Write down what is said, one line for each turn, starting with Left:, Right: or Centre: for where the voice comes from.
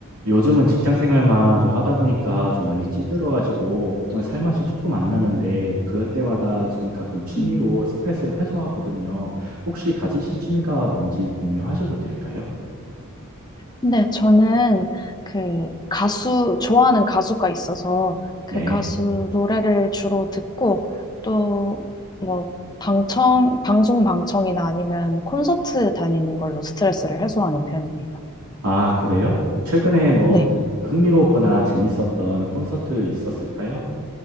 Right: 요즘은 직장 생활만 좀 하다 보니까 좀 많이 찌들어가지고 살맛이 조금 안 나는데 그럴 때마다 저는 가끔 취미로
Left: 음.
Right: 스트레스를 해소하거든요. 혹시 가지신 취미가 뭔지 공유하셔도 될까요?
Left: 근데 저는 그 가수, 좋아하는 가수가 있어서 그
Right: 네.
Left: 가수 노래를 주로 듣고 또 뭐 방청, 방송 방청이나 아니면 콘서트 다니는 걸로 스트레스를 해소하는 편이에요.
Right: 아, 그래요? 최근에 뭐
Left: 네.
Right: 흥미로웠거나 재밌었던 콘서트 있었을까요?